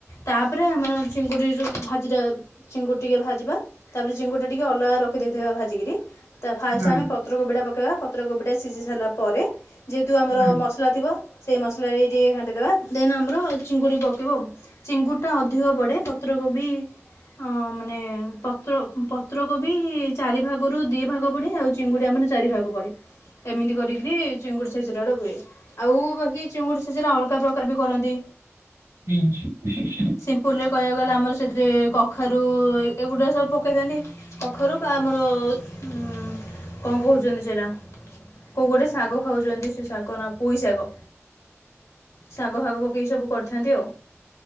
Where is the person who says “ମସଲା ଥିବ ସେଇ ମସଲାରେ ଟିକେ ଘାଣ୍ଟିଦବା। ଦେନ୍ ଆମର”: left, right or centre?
Left